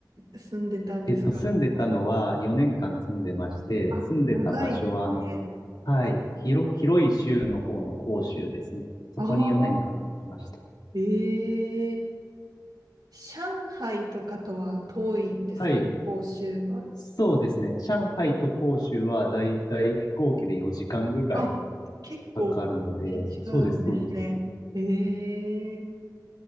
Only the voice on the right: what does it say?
住んでたんですか
あ、
長いですね。
ああ、ええ上海とかとは遠いんですか欧州は。
あ、結構
全然違うんですね。
ええ